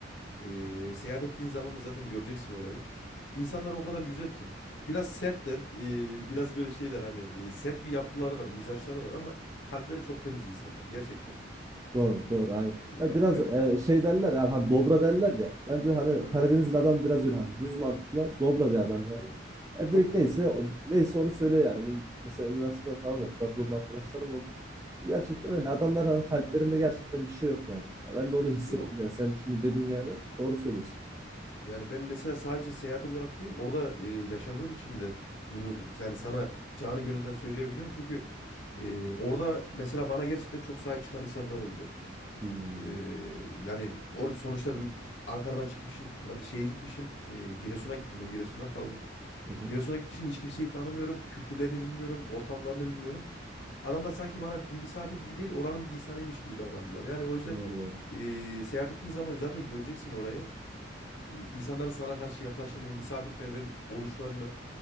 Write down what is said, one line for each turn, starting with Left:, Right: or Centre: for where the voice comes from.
Left: eee, seyahat ettiğin zaman da zaten göreceksin orayı. İnsanlar o kadar güzel ki. Biraz sertler, eee, biraz böyle şeyler hani eee, sert bir yapıları var, mizaçları var ama kalpleri çok temiz insanlar gerçekten.
Right: Doğru, doğru, aynen.
Left: E,
Right: Ya
Left: yani
Right: biraz
Left: ben...
Right: e, şey derler ya, hani dobra derler ya. Bence hani
Left: Hı hı.
Right: Karadeniz'in adam biraz öyle hani düz mantıklı, dobra bir adam yani. Ya
Left: Tabii
Right: direkt
Left: tabii.
Right: neyse o- neyse onu söylüyor yani. Ben mesela üniversiteden falan da Trabzonlu arkadaşlarım oldu. Gerçekten
Left: Hı hı.
Right: öyle. Adamlar hani kalplerinde gerçekten bir şey yok yani. Ya ben de onu hissettim
Left: Yok.
Right: yani. Sen şimdi dedin yani. Doğru söylüyorsun.
Left: Yani ben mesela sadece seyahat olarak değil orada e, yaşadığım için de bunu yani sana canı gönülden söyleyebiliyorum. Çünkü e, orada mesela bana gerçekten çok sahip çıkan insanlar oldu.
Right: Hmm.
Left: E, yani or sonuçta bir Ankara'dan çıkmışım tra- şeye gitmişim e, Giresun'a gittim ben Giresun'da kaldım.
Right: Hı hı.
Left: Giresun'a gitmişim hiç kimseyi tanımıyorum kültürlerini bilmiyorum ortamlarını bilmiyorum. Adamlar sanki bana bir misafir gibi değil oranın bir insanıymış gibi davrandılar. Yani o yüzden
Right: Doğru doğru.
Left: e, seyahat ettiğin zaman zaten göreceksin orayı. İnsanların sana karşı yaklaşımını, misafirperver oluşlarını